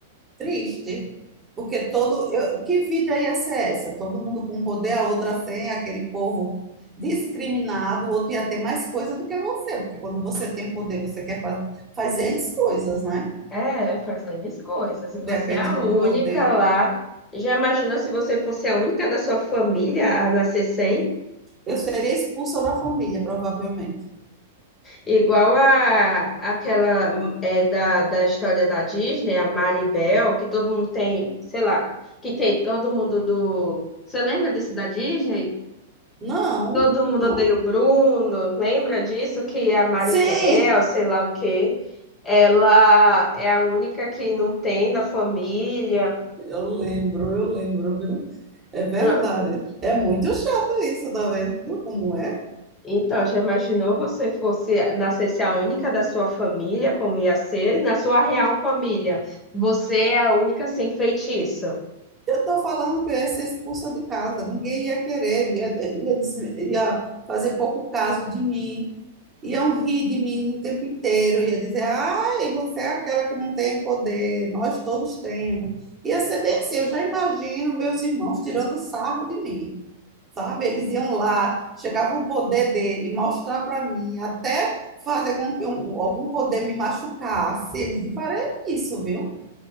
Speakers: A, on the right; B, on the left.
A: Triste, porque todo. Eu, que vida ia ser essa? Todo mundo com poder, a outra sem, aquele povo discriminado, o outro ia ter mais coisa do que você, porque quando você tem poder, você quer fa fazer as coisas, né?
B: É, fazendo as coisas. E
A: Dependendo
B: Você é a única
A: do poder.
B: lá. Já imaginou se você fosse a única da sua família a nascer sem?
A: Eu seria expulsa da família, provavelmente.
B: Igual a aquela é, da, da história da Disney, a Maribel, que todo mundo tem, sei lá, que tem todo mundo do. Você lembra desse da Disney?
A: Não,
B: Todo mundo
A: não.
B: odeia o Bruno. Lembra disso? Que a Maribel,
A: Sim!
B: sei lá o quê. Ela é a única que não tem da família.
A: Eu lembro, eu lembro, viu? É verdade.
B: Pronto.
A: É muito chato isso, tá vendo como é?
B: Então, já imaginou você fosse nascesse a única da sua família, como ia ser? Na sua real família, você é a única sem feitiço.
A: Eu estou falando que eu ia ser expulsa de casa, ninguém ia querer, ia, ia, desme- ia fazer pouco caso de mim, iam rir de mim o tempo inteiro, ia dizer, ai, você é aquela que não tem poder, nós todos temos. Ia ser bem assim, eu já imagino meus irmãos tirando sarro de mim, sabe? Eles iam lá, chegar com o poder dele, mostrar para mim, até fazer com que um- algum poder me machucasse, eles iam fazer isso, viu?